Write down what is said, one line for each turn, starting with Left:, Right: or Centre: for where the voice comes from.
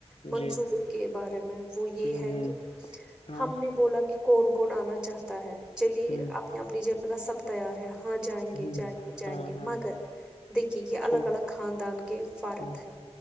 Centre: منصوبے
Left: جی
Centre: کے بارے میں وہ یہ
Left: ہ ہ
Centre: ہے کہ
Left: ہاں
Centre: ہم نے بولا کہ کون کون آنا چاہتا ہے چلیے
Left: ہ
Centre: اپنی اپنی جگہ سب تیار ہے ہاں جائیں
Left: ہ
Centre: گے جائیں گے جائیں
Left: ہاں
Centre: گے
Left: ہاں
Centre: مگر دیکھیے یہ الگ
Left: ٹھیک
Centre: الگ خاندان کے فرد
Left: ہ
Centre: ہے